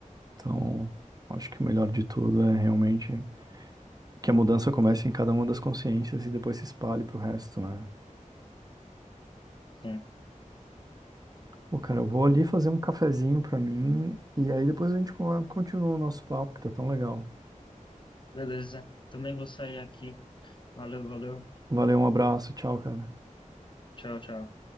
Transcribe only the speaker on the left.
Sim.
Beleza. Também vou sair aqui. Valeu, valeu.
Tchau, tchau.